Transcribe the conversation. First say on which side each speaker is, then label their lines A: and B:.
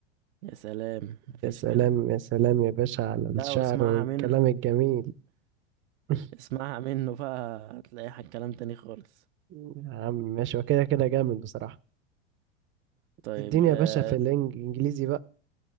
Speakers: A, on the right (about 65°); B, on the right (about 35°).
A: يا سلام مفيش
B: يا سلام
A: كده
B: يا سلام يا باشا على
A: لا
B: الشعر
A: واسمعها
B: والكلام
A: من
B: الجميل <laughs>
A: اسمعها منه بقى هتلاقي حاجة- كلام تاني خالص
B: يا عم ماشي وكده كده جامد بصراحة
A: طيب
B: اديني
A: آه،
B: يا باشا في الانجليزي بقى